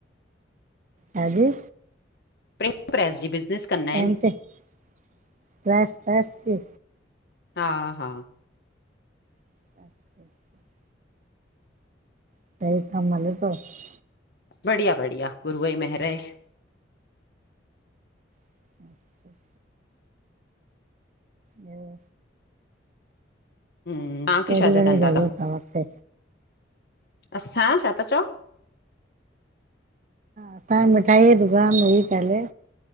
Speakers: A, on the right; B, on the left.
A: छा जी?
B: प्रिंटिंग प्रेस जी बिज़नेस। कंदा
A: पैंट
B: आहिनि
A: <unintelligible>
B: हा हा
A: <inaudible> <unintelligible>
B: बढ़िया बढ़िया गुरू ही महेर आहे।
A: <inaudible> ॿियो
B: हम्म तव्हांखे
A: कहिड़ी
B: छाजा
A: घणी
B: धंधा
A: जॻह
B: तव
A: अथव हुते
B: असांया, छा था चओ?
A: असांखे मिठाई जी दुकान हुई पहले।